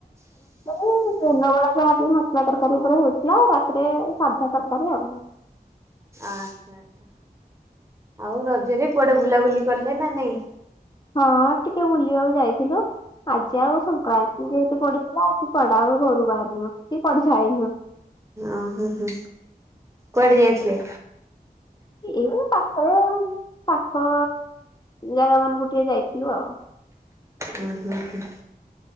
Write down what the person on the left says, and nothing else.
ଦିନବେଳା ଯାହା ମସଲା ତରକାରୀ ଉପରେ ହେଇଥିଲା ଆଉ ରାତିରେ ସାଧା ତରକାରୀ ଆଉ। <inaudible>
ହଁ ଟିକେ ବୁଲିବାକୁ ଯାଇଥିଲୁ ଆଜି ଆଉ ସଂକ୍ରାନ୍ତି ଯେହେତୁ ପଡିୁଥିଲା ସେ ପଡା ଆଉ ଘରୁ ବାହାରିନୁ କି କୁଆଡେ ଯାଇନୁ।
ଏଇ ପାଖ ପାଖ ଜାଗା ମାନଙ୍କୁ ଟିକେ ଯାଇଥିଲୁ ଆଉ।